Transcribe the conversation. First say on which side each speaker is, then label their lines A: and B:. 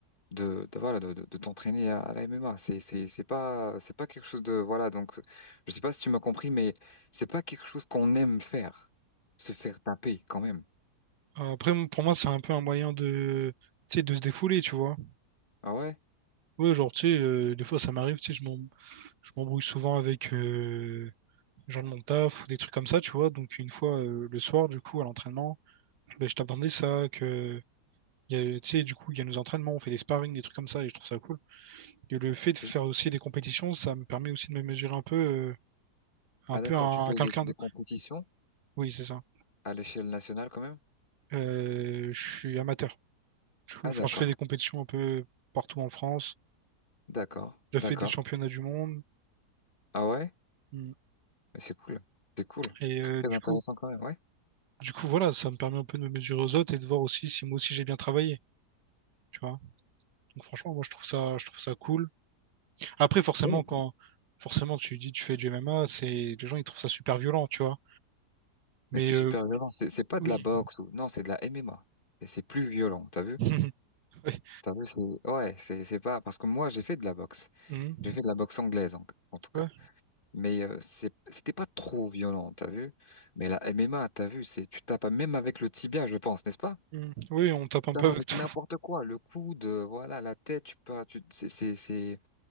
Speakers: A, on the left; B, on the right.
A: de, de, voilà, de, de, de t'entraîner à, à la MMA. C'est, c'est, c'est pas, c'est pas quelque chose de, voilà, donc, je sais pas si tu m'as compris, mais c'est pas quelque chose qu'on aime faire, se faire taper quand même.
B: Après, m- pour moi, c'est un peu un moyen de, tu sais, de se défouler, tu vois.
A: Ah ouais?
B: Ouais, genre, tu sais, euh, des fois, ça m'arrive, tu sais, je m'en- je m'embrouille souvent avec euh, les gens de mon taf ou des trucs comme ça, tu vois. Donc une fois euh, le soir, du coup, à l'entraînement, ben, je t'attendais ça, que il y a, tu sais, du coup, il y a nos entraînements, on fait des sparring, des trucs comme ça, et je trouve ça cool. Et le fait de faire
A: Je-
B: aussi des compétitions, ça me permet aussi de me mesurer un peu, euh, un
A: Ah
B: peu
A: d'accord,
B: à,
A: tu fais
B: à quelqu'un
A: des, des
B: d'autre.
A: compétitions
B: Oui, c'est ça.
A: à l'échelle nationale quand même?
B: Euh, je suis amateur. Du coup,
A: Ah
B: Enfin,
A: d'accord,
B: je fais des compétitions un peu partout en France.
A: d'accord,
B: J'ai
A: d'accord.
B: fait des championnats du monde.
A: Ah ouais?
B: Mm.
A: Mais c'est cool, c'est cool.
B: Et euh,
A: Très
B: du
A: intéressant
B: coup,
A: quand même, ouais.
B: du coup, voilà, ça me permet un peu de me mesurer aux autres et de voir aussi si moi aussi j'ai bien travaillé. Tu vois. Donc franchement, moi je trouve ça, je trouve ça cool. Après, forcément,
A: Ouais, c'est-
B: quand forcément tu dis tu fais du MMA, c'est les gens ils trouvent ça super violent, tu vois. Mais
A: mais c'est
B: euh,
A: super violent. C'est c'est pas
B: oui.
A: de la boxe ou non, c'est de la MMA. Et c'est plus violent. T'as vu?
B: <laughs> Ouais.
A: T'as vu? C'est ouais, c'est c'est pas parce que moi j'ai fait de la boxe.
B: Mhm.
A: J'ai fait de la boxe anglaise en, en tout cas.
B: Ouais.
A: Mais euh, c'est c'était pas trop violent. T'as vu? Mais la MMA, t'as vu? C'est tu tapes même avec le tibia, je pense, n'est-ce pas?
B: Mhm. Oui, on tape
A: Tu
B: un
A: tapes
B: peu avec
A: avec
B: tout.
A: n'importe quoi, le coude, euh, voilà, la tête. Tu peux, tu c'est c'est c'est